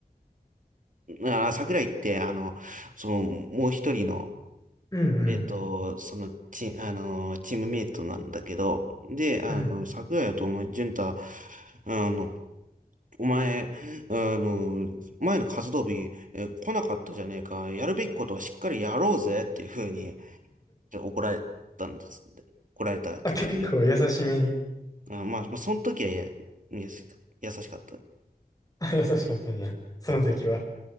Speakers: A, on the right; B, on the left.
A: あ、桜井って、あの、その、もう一人の、
B: うんうん。
A: えっと、その、チ、あの、チームメイトなんだけど、で、あの、
B: うん。
A: 桜井とお前、潤太、あの、お前、あの、前の活動日、え来なかったじゃねえか、やるべきことはしっかりやろうぜっていうふうに、ちょっと怒られたんです。で怒られたら、
B: あ、
A: ちょっとよ、
B: 結構優しめに。
A: あ、まあ、まあ、その時は、いや、いやす優しかった。
B: あ優しかったんや。その時は。
A: うん。